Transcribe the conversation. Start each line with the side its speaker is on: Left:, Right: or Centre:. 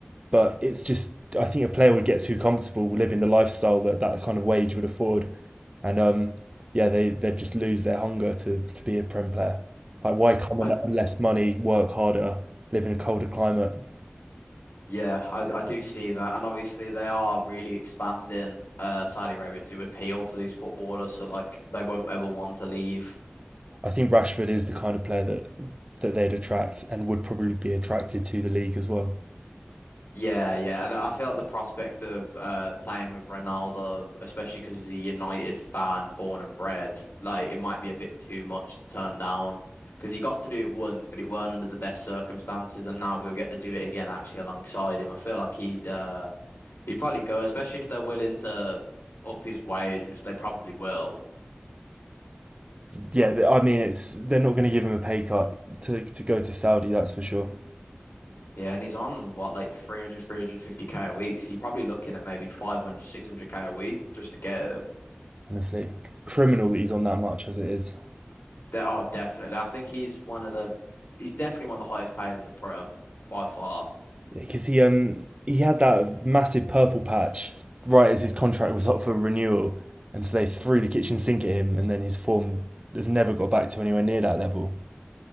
Right: But it's just, I think a player would get too comfortable living the lifestyle that that kind of wage would afford. And um, yeah, they, they'd just lose their hunger to, to be a Prem player. Like, why come
Left: I
Right: on, less money, work harder, live in a colder climate?
Left: yeah, I I do see that, and obviously they are really expanding uh Saudi Arabia to appeal to these footballers, so like they won't ever want to leave.
Right: I think Rashford is the kind of player that that they'd attract and would probably be attracted to the league as well.
Left: Yeah, yeah, and I feel like the prospect of uh playing with Ronaldo, especially because he's a United fan, born and bred, like it might be a bit too much to turn down. Because he got to do it once, but it weren't under the best circumstances, and now he'll get to do it again actually alongside him. I feel like he'd uh he'd probably go, especially if they're willing to up his wage, which they probably will.
Right: Yeah, I mean, it's they're not going to give him a pay cut to to go to Saudi. That's for sure.
Left: Yeah, and he's on what like three hundred, three hundred fifty k a week, so you're probably looking at maybe five hundred, six hundred k a week just to get him.
Right: Honestly, criminal that he's on that much as it is
Left: There are definitely. I think he's one of the he's definitely one of the highest paid in the Prem by far.
Right: because he um he had that massive purple patch right as his contract was up for renewal, and so they threw the kitchen sink at him, and then his form has never got back to anywhere near that level.